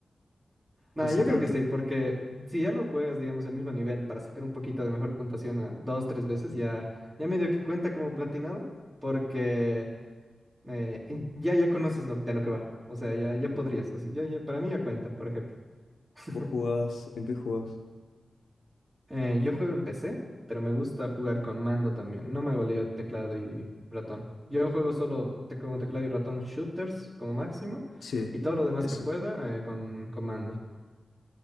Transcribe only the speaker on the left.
<laughs>
Fue hace
tanto.
Ujú,
ujú.
¿Vos jugás? ¿En qué jugás?
Sí,
eso.